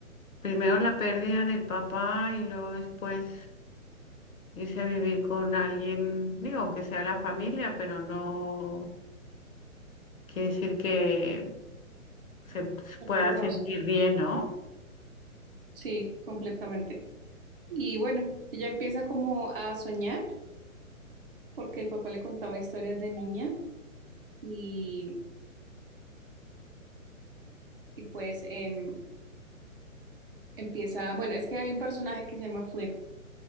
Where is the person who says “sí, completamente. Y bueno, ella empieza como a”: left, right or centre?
Right